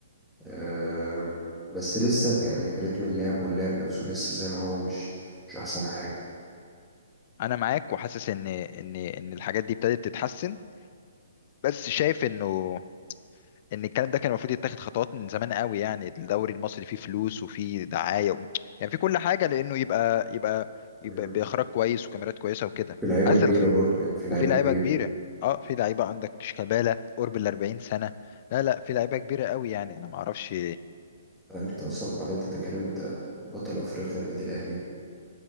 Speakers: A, in the centre; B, on the left.
A: أم، بس لسه يعني رتم اللعب واللعب نفسه لسه زي ما هو مش مش أحسن حاجة
B: انا معاك وحاسس ان ان ان الحاجات دي ابتدت تتحسن بس شايف انه ان الكلام ده كان المفروض يتاخد خطوات من زمان قوي يعني الدوري المصري فيه فلوس وفيه دعاية و... يعني في كل حاجة لانه يبقى يبقى يبقى
A: مم.
B: باخراج كويس وكاميرات كويسة وكده
A: في لعيبة
B: اسل
A: كبيرة برضو يعني في لعيبة
B: وفي لعيبة
A: كبيرة
B: كبيرة اه في لعيبة عندك شيكابالا قرب ال 40 سنة لا لا في لعيبة كبيرة قوي يعني انا ما اعرفش
A: أنت أصلا بعدين أنت بتتكلم أنت بطل أفريقيا النادي الأهلي